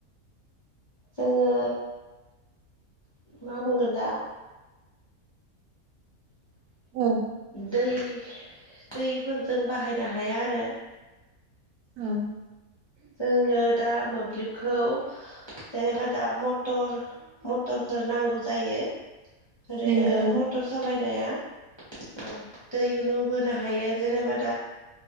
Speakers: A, on the left (about 30°); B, on the right (about 80°).
A: जोङो मा बुंगोन दा
B: ओं ।
A: दै दैफोरजों बाहायनो हाया आरो ‌।
B: ओं ।
A: जोंनो दा मोब्लिबखौ जेनेबा दा मटर मटरफोर नांगौ जायो । ओरैनो
B: नंगौ
A: मटर सालाय जाया औ दै उनु बो नो हायो जेनेबा दा